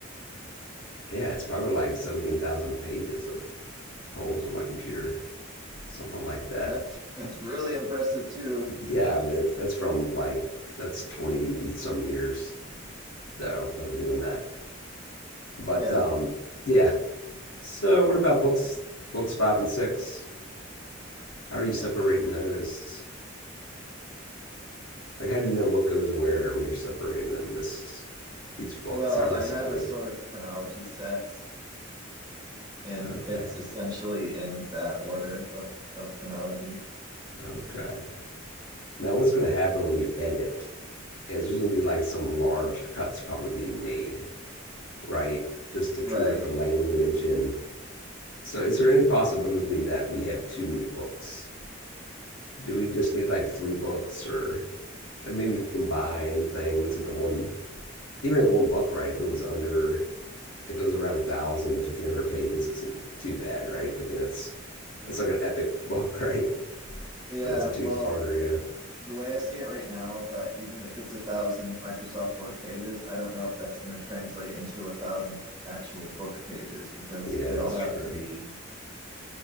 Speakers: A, on the left (about 80°); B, on the right (about 20°).
A: Yeah, it's probably like 17,000 pages of poems on my computer, something like that.
B: That's that's really impressive too.
A: Yeah, I mean, that's, that's from like, that's 20 some years though of doing that. But
B: Yeah.
A: um, yeah. So what about books, books five and six? how are you separating those? Like, how do you know what goes where when you're separating them into s- these books?
B: Well,
A: How
B: I
A: are they separated?
B: have a sort of chronology set, and
A: Okay,
B: it's essentially in that order of of chronology.
A: okay. Now, what's going to happen when you edit is there's going to be like some large cuts probably being made, right? Just to
B: Right.
A: clean up the language. And so, is there any possibility that we have too many books? Do we just need like three books or like maybe you combine things into one, even in one book, right? If it was under if it was around a thousand to fifteen hundred pages, isn't too bad, right? I mean, that's that's like an epic <laughs> book, right?
B: Yeah,
A: Or that's a two-parter,
B: well, the way I see it right now, that even if it's a thousand Microsoft Word pages, I don't know if that's going to translate into a thousand actual book pages because
A: yeah. Yeah,
B: they
A: that's
B: all have
A: true.
B: to be